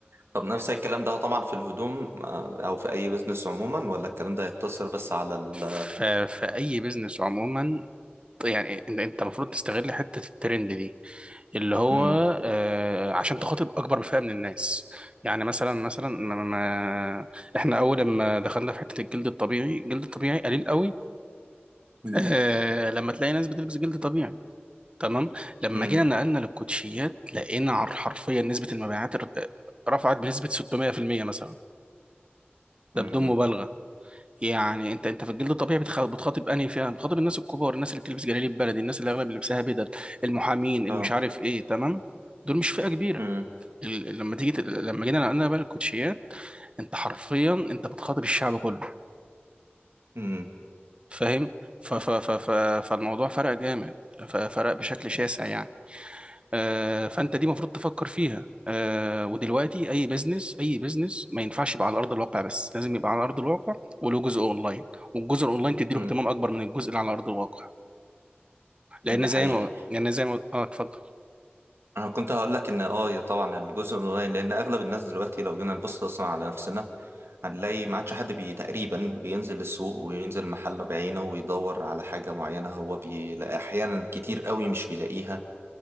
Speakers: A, on the right (about 80°); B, on the right (about 25°).
A: طب نفس الكلام ده طبعا في الهدوم آه، او في اي بزنس عموما ولا الكلام ده يقتصر بس على ال
B: ف... في اي بيزنس عموما يعني انت انت المفروض تستغل حته الترند دي اللي هو
A: مم.
B: آه، عشان تخاطب اكبر فئه من الناس يعني مثلا مثلا ما ما احنا اول ما دخلنا في حته الجلد الطبيعي الجلد الطبيعي قليل قوي
A: مم.
B: آه، لما تلاقي ناس بتلبس جلد طبيعي تمام لما
A: مم.
B: جينا نقلنا للكوتشيات لقينا عر- حرفيا نسبه المبيعات ر- رفعت بنسبه 600% مثلا ده
A: مم.
B: بدون مبالغه يعني انت انت في الجلد الطبيعي بتخ- بتخاطب انهي فئه بتخاطب الناس الكبار الناس اللي بتلبس جلاليب بلدي الناس اللي اغلب لبسها بدل المحامين اللي
A: اه
B: مش عارف ايه تمام دول مش فئه كبيره
A: مم.
B: ال- لما تيجي ت- لما جينا نقلنا بقى الكوتشيات انت حرفيا انت بتخاطب الشعب كله
A: مم.
B: فاهم ف ف ف ف فالموضوع فرق جامد ف- فرق بشكل شاسع يعني آه، فانت دي المفروض تفكر فيها آه، ودلوقتي اي بزنس اي بزنس ما ينفعش يبقى على ارض الواقع بس لازم يبقى على ارض الواقع وله جزء اونلاين والجزء الاونلاين تدي
A: مم.
B: له اهتمام اكبر من الجزء اللي على ارض الواقع لان
A: ده
B: زي
A: حقيقي
B: ما لان زي ما اه اتفضل
A: انا كنت هقول لك ان اه يا طبعا الجزء الاونلاين لان اغلب الناس دلوقتي لو جينا نبص اصلا على نفسنا هنلاقي ما عادش حد بي تقريبا بينزل السوق وينزل محله بعينه ويدور على حاجة معينة هو بيلاقي أحيانا كتير قوي مش بيلاقيها